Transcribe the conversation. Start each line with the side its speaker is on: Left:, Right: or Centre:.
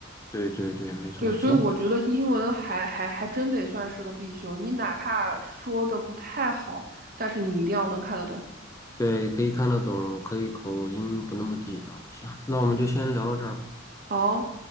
Left: 对对对，没错。
Right: 对，所以我觉得英文还还还真得算是个必修，
Left: 行。
Right: 你哪怕说的不太好，但是你一定要能看得懂。
Left: 对，可以看得懂，可以口音不那么地道。行，那我们就先聊到这儿吧。
Right: 对，哦。